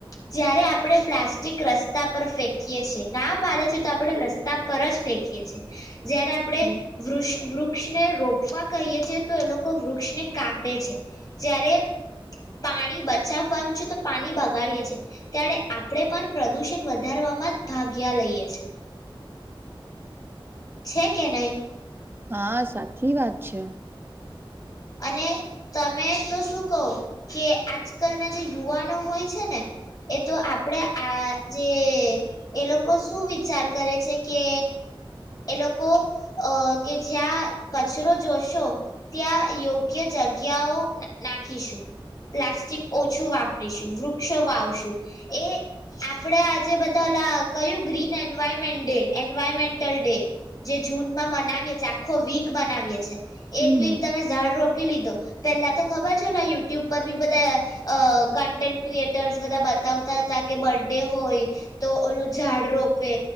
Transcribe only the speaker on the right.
હમ.
હા સાચી વાત છે.
હમ